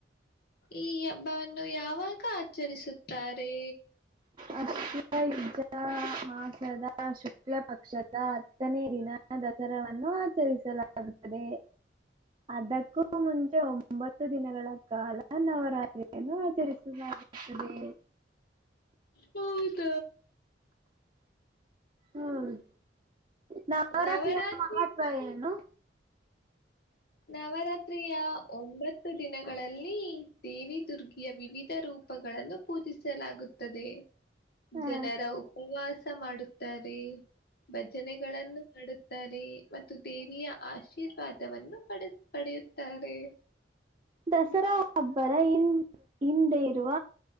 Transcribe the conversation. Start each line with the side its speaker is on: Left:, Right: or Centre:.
Left: ಈ ಹಬ್ಬವನ್ನು ಯಾವಾಗ ಆಚರಿಸುತ್ತಾರೆ
Right: ಅ ವ ಯು್ಧ ಮಾಸದ ಶುಕ್ಲ ಪಕ್ಷದ ಹತ್ತನೇ ದಿನ ದಸರನ್ನು ಆಚರಿಸಲಾಗುತ್ತದೆ ಅದಕ್ಕೂ ಮುಂಚೆ ಒಂಬತ್ತು ದಿನಗಳ ಕಾಲ ನವರಾತ್ರಿಯನ್ನು ಆಚರಿಸುದ ಅ ಸರಿ
Left: ಹೌದ
Right: ಹ್ಮ ನವರಾತ್ರಿಯ
Left: ನವರಾತ್ರಿ
Right: ಮಹತ್ವ ಏನು
Left: ನವರಾತ್ರಿಯ ಒಂಬತ್ತು ದಿನಗಳಲ್ಲಿ ದೇವಿ ದುರ್ಗ ವಿವಿಧ ರೂಪಗಳನ್ನು ಪೂಜಿಸಲಾಗುತ್ತದೆ
Right: ಹ
Left: ಜನರ ಉಪವಾಸ ಸ ಮಾಡುತ್ತಾರೆ ಭಜನೆಗಳನ್ನು ಮಾಡುತ್ತಾರೆ ಮತ್ತು ದೇವಿಯ ಆಶೀರ್ವಾದವನ್ನು ಪಡೆ ಪಡೆಯುತ್ತಾರೆ
Right: ದಸರಾ ಹಬ್ಬದ ಇನ್ ಹಿಂದೆ ಇರುವ